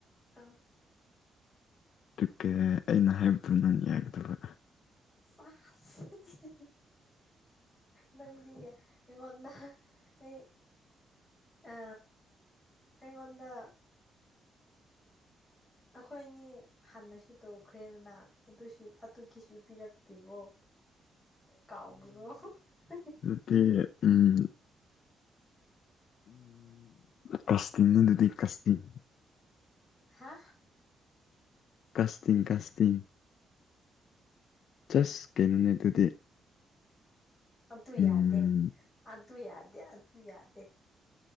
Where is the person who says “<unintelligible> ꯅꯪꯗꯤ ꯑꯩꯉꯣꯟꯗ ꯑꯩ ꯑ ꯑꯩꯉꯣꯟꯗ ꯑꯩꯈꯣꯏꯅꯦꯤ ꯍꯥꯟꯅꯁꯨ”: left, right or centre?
Centre